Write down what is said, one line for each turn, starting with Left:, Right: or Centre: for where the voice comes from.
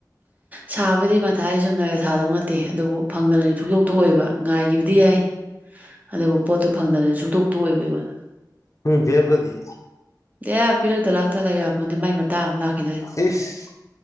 Right: ꯁꯥꯕꯨꯗꯤ ꯃꯊꯥꯏ ꯆꯨꯝꯅꯒ ꯁꯥꯗꯧ ꯅꯠꯇꯦ ꯑꯗꯨꯕꯨ ꯐꯪꯗꯅꯗꯤ ꯁꯨꯇꯣꯛ ꯇꯣꯛꯑꯣꯕ ꯉꯥꯏꯈꯤꯕꯗꯤ ꯌꯥꯏ꯫ ꯑꯗꯨꯕꯨ ꯄꯣꯠꯇꯣ ꯐꯪꯗꯅꯗꯤ ꯁꯨꯛꯇꯣꯛ ꯇꯣꯛꯑꯣꯏꯕ ꯑꯩꯉꯣꯟꯗ꯫
Left: ꯎꯝ ꯄꯤꯔꯛꯇꯗꯤ?
Right: ꯑꯦ ꯄꯤꯔꯛꯇ ꯂꯥꯛꯇ ꯂꯩ ꯌꯥꯄꯣꯟꯇꯦ ꯃꯥꯏ ꯃꯇꯥꯡ ꯑꯃ ꯂꯥꯛꯈꯤꯗꯣꯏꯅꯦ꯫
Left: ꯏꯁ